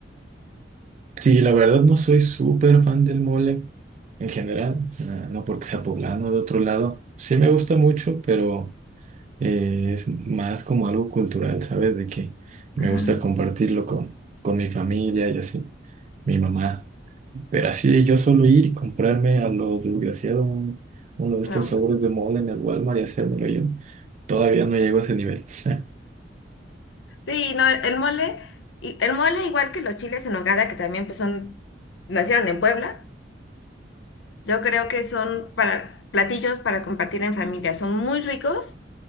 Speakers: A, on the right; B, on the left.
A: Sí, la verdad no soy súper fan del mole en general, ah, no porque sea poblano o de otro lado. Sí me gusta mucho, pero eh, es más como algo cultural, ¿sabes? De que me
B: Ajá,
A: gusta compartirlo con, con mi familia y así, mi mamá. Pero así yo solo ir y comprarme a lo desgraciado un- uno de estos
B: no.
A: sobres de mole en el Walmart y hacérmelo yo, todavía no llego a ese nivel. <laughs>
B: Sí, no, el mole, y el mole igual que los chiles en nogada que también pues son, nacieron en Puebla Yo creo que son para platillos para compartir en familia. Son muy ricos,